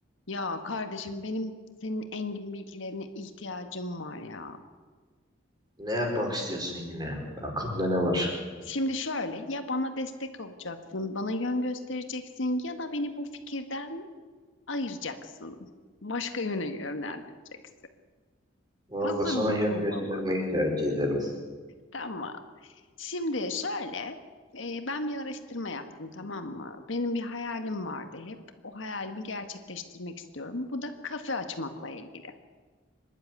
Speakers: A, on the left; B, on the right.
A: Ya kardeşim benim senin engin bilgilerine ihtiyacım var ya.
B: Ne yapmak istiyorsun yine? Aklında ne var?
A: Şimdi şöyle ya bana destek olacaksın, bana yön göstereceksin ya da beni bu fikirden ayıracaksın. Başka yöne yönlendireceksin.
B: Vallahi
A: Hazır
B: sana
A: mısın
B: yön göstermeyi
A: bana?
B: tercih ederim.
A: Tamam. Şimdi şöyle e, ben bir araştırma yaptım tamam mı? Benim bir hayalim vardı hep. O hayalimi gerçekleştirmek istiyorum. Bu da kafe açmakla ilgili.